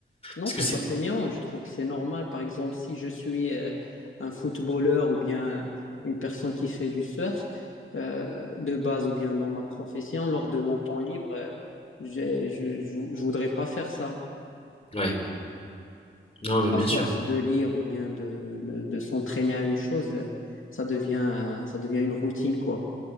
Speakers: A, on the left; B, on the left.
A: Non,
B: Parce
A: c'est
B: que c'est,
A: pas fainéant. Je trouve que c'est normal. Par exemple, si je suis euh, un footballeur ou bien une personne qui fait du surf euh, de base ou bien dans ma profession, lors de mon temps libre, euh, j'ai- je, je, je voudrais pas faire ça.
B: ouais. Non, mais bien
A: À force
B: sûr.
A: de lire ou bien de, de, de s'entraîner à une chose, euh, ça devient, euh, ça devient une routine, quoi.